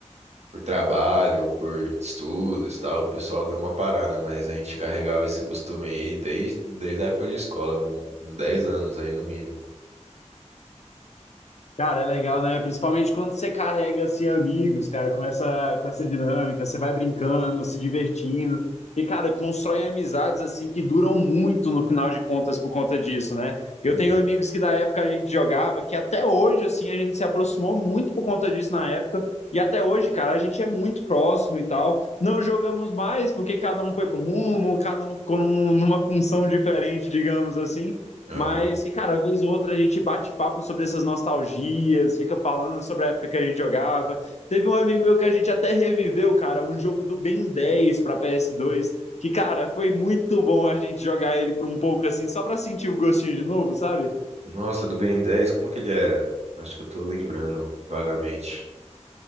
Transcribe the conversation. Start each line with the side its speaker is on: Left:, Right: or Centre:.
Right: por trabalho ou por estudos e tal, o pessoal deu uma parada, mas a gente carregava esse costume aí desde, desde a época de escola, um- uns 10 anos aí no mínimo.
Left: Cara, é legal, né? Principalmente quando você carrega assim amigos, cara, com essa com essa dinâmica, você vai brincando, se divertindo. E cara, constrói amizades assim que duram muito no final de contas por conta disso, né? Eu
Right: Uhum.
Left: tenho amigos que da época a gente jogava, que até hoje assim a gente se aproximou muito por conta disso na época, e até hoje, cara, a gente é muito próximo e tal. Não jogamos mais porque cada um foi pro rumo, cada um ficou num- numa função diferente, digamos assim.
Right: Aham.
Left: Mas que, cara, vez ou outra a gente bate papo sobre essas nostalgias, fica falando sobre a época que a gente jogava. Teve um amigo meu que a gente até reviveu, cara, um jogo do Ben 10 para PS2, que, cara, foi muito bom a gente jogar ele por um pouco assim, só pra sentir o gostinho de novo, sabe?
Right: Nossa, do Ben 10, como que ele era? Acho que eu tô lembrando vagamente.